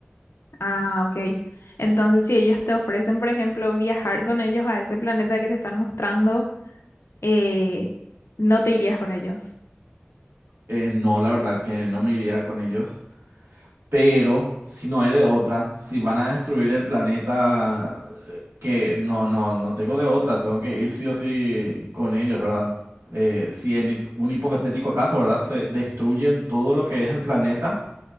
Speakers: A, on the left; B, on the right.
A: Ah, ok. Entonces, si ellos te ofrecen, por ejemplo, viajar con ellos a ese planeta que te están mostrando, eh, no te irías con ellos.
B: Eh, no, la verdad que no me iría con ellos. Pero si no hay de otra, si van a destruir el planeta, eh, que no, no, no tengo de otra, tengo que ir sí o sí con ellos, ¿verdad? Eh, si en un hipotético caso, ¿verdad? Se destruyen todo lo que es el planeta